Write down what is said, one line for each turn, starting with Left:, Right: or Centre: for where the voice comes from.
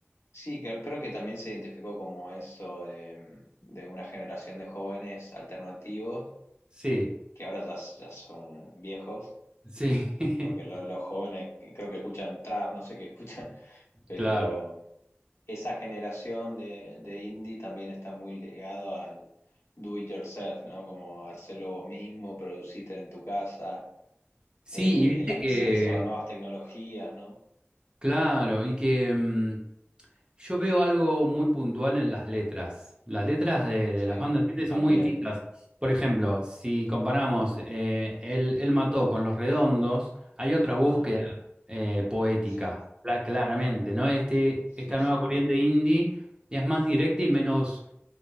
Left: sí, creo, creo que también se identificó como eso de, de una generación de jóvenes alternativos,
Right: Sí,
Left: que ahora ya, ya son viejos,
Right: sí,
Left: porque lo- los jóvenes creo que escuchan trap, no sé qué escuchan,
Right: <laughs>
Left: pero
Right: claro.
Left: esa generación de, de indie también está muy ligado al do it yourself, ¿no? Como hacerlo vos mismo, producirte en tu casa,
Right: Sí,
Left: eh,
Right: y viste
Left: el acceso
Right: que,
Left: a nuevas tecnologías, ¿no?
Right: claro, y que mm, yo veo algo muy puntual en las letras. Las letras de, de
Left: Sí,
Right: las bandas ¿entiendes?
Left: también.
Right: son muy distintas. Por ejemplo, si comparamos eh, Él, Él mató con Los Redondos, hay otra búsqueda
Left: Ajá,
Right: eh, poética,
Left: sí,
Right: cla- claramente, ¿no? Este,
Left: sí,
Right: esta nueva
Left: sí.
Right: corriente indie es más directa y menos